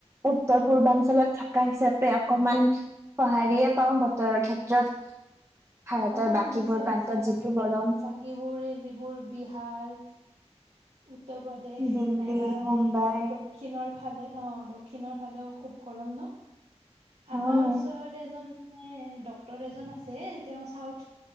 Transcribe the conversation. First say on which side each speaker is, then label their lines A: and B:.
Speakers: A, on the right (about 25°); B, on the right (about 75°).
A: উত্তৰ পূৰ্বাঞ্চলত থকা হিচাপে অকমান সঁহাৰিয়ে পাও বতৰৰ ক্ষেত্ৰত ভাৰতৰ
B: অ
A: বাকীবোৰ
B: নিশ্চয়
A: প্ৰান্তত
B: নিশ্চয় বাকীবোৰে
A: যিটো গৰম
B: যিবোৰ বিহাৰ উত্তৰ প্ৰদেশ
A: দিল্লী
B: নাইবা
A: মুম্বাই
B: এই দক্ষিণৰ ফালে অ দক্ষিণৰ ফালেও খুব গৰম ন
A: হয়
B: আমাৰ ওচৰত এজন ডক্তৰ এজন আছে তেওঁ চাউথ